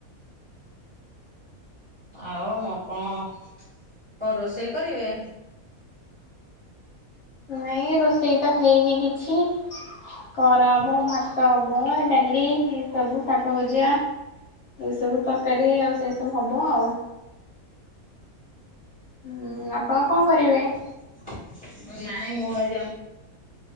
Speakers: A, on the right (about 25°); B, on the left (about 60°).
A: ଆଉ ମୁଁ କଣ କଣ ରୋଷେଇ କରିବେ?
B: ନାଇଁ ରୋଷେଇ ତ ହେଇନି କିଛି। କରାହବ ଭାତ ହବ ଡାଲି ଏ ସବୁ ଶାଗ ଭଜା। ଏସବୁ ତରକାରୀ ଆଉ ସେଇସବୁ ହବ ଆଉ। ହୁଁ ଆପଣ କଣ କରିବେ?
A: ନାଇଁ ମୁଁ ଭାବିଲି ଆମ୍